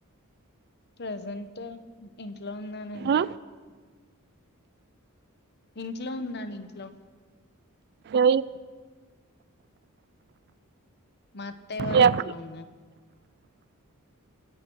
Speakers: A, on the left (about 50°); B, on the right (about 50°).
A: ప్రజెంట్ ఇంట్లో ఉన్నానండి
B: ఆ
A: ఇంట్లో ఉన్నాను ఇంట్లో
B: ఏయి
A: మాత్తయ వాళ్ళ
B: మీ అక్క
A: ఇంట్లో ఉన్నను